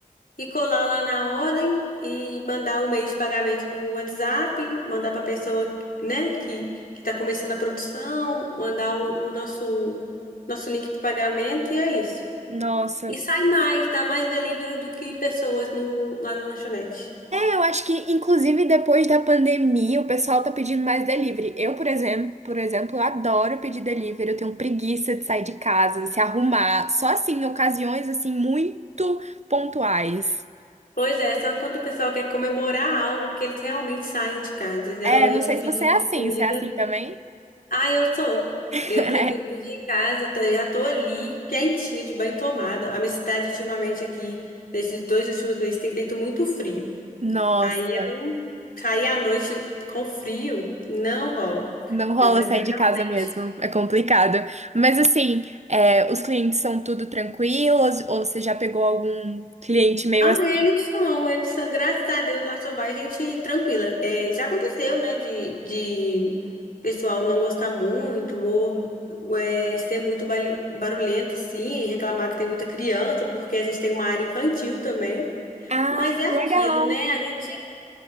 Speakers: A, on the left; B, on the right.
A: e colar lá na ordem e mandar o meio de pagamento no WhatsApp, mandar para pessoa, né, que que está começando a produção, mandar o, o nosso nosso link para pagamento e é isso.
B: Nossa.
A: E sai mais, dá mais delivery do que pessoas no, lá na lanchonete.
B: Eu acho que, inclusive, depois da pandemia, o pessoal tá pedindo mais delivery. Eu, por exemplo, por exemplo, adoro pedir delivery. Eu tenho preguiça de sair de casa, se arrumar. Só assim, em ocasiões, assim, muito pontuais.
A: Pois é, só quando o pessoal quer comemorar algo que eles realmente saem de casa. Geralmente
B: É, não sei
A: é pedido
B: se você é
A: de
B: assim.
A: comida.
B: Você é assim também?
A: Ah, eu tô.
B: <laughs>
A: Eu prefiro pedir em casa, tá? Já tô ali, quentinha, de banho tomada. A minha cidade, ultimamente, aqui, nesses dois últimos meses, tem feito muito frio.
B: Nossa,
A: Aí eu não sair à noite com frio, não rola.
B: não rola
A: Eu prefiro
B: sair de
A: realmente.
B: casa mesmo. É complicado. Mas, assim, é, os clientes são tudo tranquilos? Ou você já pegou algum cliente meio
A: Ah,
B: assim?
A: eles são, eles são, graças a Deus, lá só vai gente tranquila. É, já aconteceu, né, de, de pessoal não gostar muito ou é, ser muito bali- barulhento, assim, e reclamar que tem muita criança, porque a gente tem uma área infantil também.
B: Ah,
A: Mas é aquilo,
B: que legal.
A: né? A gente